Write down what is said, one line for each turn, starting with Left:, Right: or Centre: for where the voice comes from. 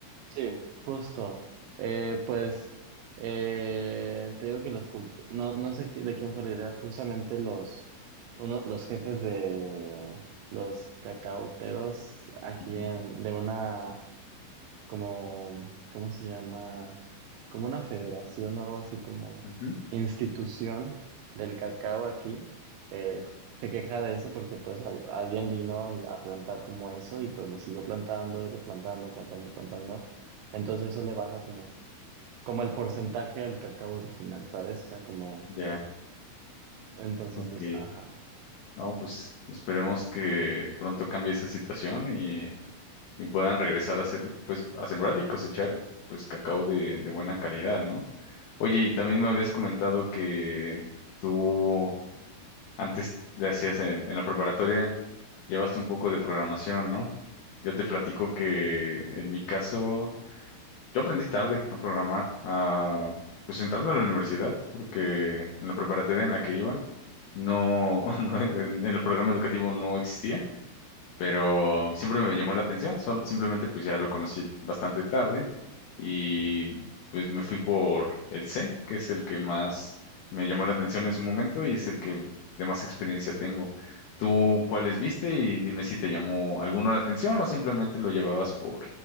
Right: Sí, justo. Eh, pues eh, te digo que los cult- no, no sé qui- de quién fue la idea, justamente los, uno, los jefes de los cacaoteros aquí
Left: Ujú,
Right: en, de una como, ¿cómo se llama? Como una federación o algo así como
Left: ujú.
Right: institución del cacao aquí, eh, se queja de eso porque pues hab- alguien vino y- a plantar como eso y pues lo siguió plantando y replantando, plantando, plantando. Entonces eso le baja como, como el porcentaje del cacao original, ¿sabes? O sea, como,
Left: Ya,
Right: entonces
Left: ok.
Right: pues, ajá.
Left: No, pues esperemos que pronto cambie esa situación y, y puedan regresar a hacer, pues, a sembrar y cosechar, pues, cacao de, de buena calidad, ¿no? Oye, y también me habías comentado que tú antes le hacías en, en la preparatoria, llevaste un poco de programación, ¿no? Yo te platico que en mi caso, yo aprendí tarde a programar, a, pues entrando a la universidad, porque en la preparatoria en la que iba, no, <laughs> no en en el programa educativo no existía pero siempre me llamó la atención, sol- simplemente pues ya lo conocí bastante tarde y pues me fui por el C, que es el que más me llamó la atención en su momento y es el que de más experiencia tengo. ¿Tú cuáles viste y dime si te llamó alguno la atención o simplemente lo llevabas por